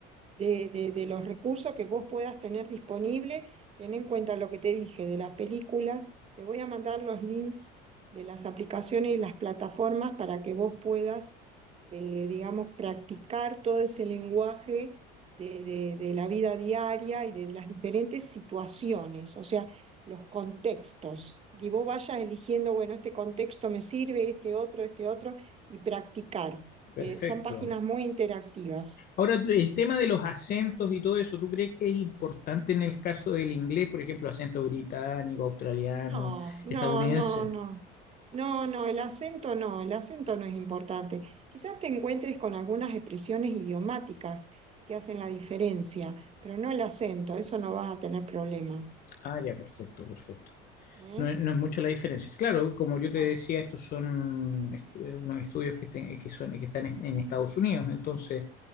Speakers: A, on the right (about 30°); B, on the left (about 50°).
A: de, de- de los recursos que vos puedas tener disponible. Ten en cuenta lo que te dije de las películas. Te voy a mandar los links de las aplicaciones y las plataformas para que vos puedas, eh, digamos, practicar todo ese lenguaje de, de- de la vida diaria y de las diferentes situaciones, o sea, los contextos. Y vos vayas eligiendo, bueno, este contexto me sirve, este otro, este otro, y practicar,
B: Perfecto.
A: que son páginas muy interactivas.
B: Ahora, el tema de los acentos y todo eso, ¿tú crees que es importante en el caso del inglés, por ejemplo, acento británico, australiano,
A: No, no,
B: estadounidense?
A: no, no. No, no, el acento no, el acento no es importante. Quizás te encuentres con algunas expresiones idiomáticas que hacen la diferencia, pero no el acento, eso no vas a tener problema.
B: Ah, ya, perfecto, perfecto.
A: ¿eh?
B: No, es no es mucho la diferencia. Claro, como yo te
A: No,
B: decía, estos son estu- unos estudios que, te- que, son, que están en en Estados Unidos, entonces...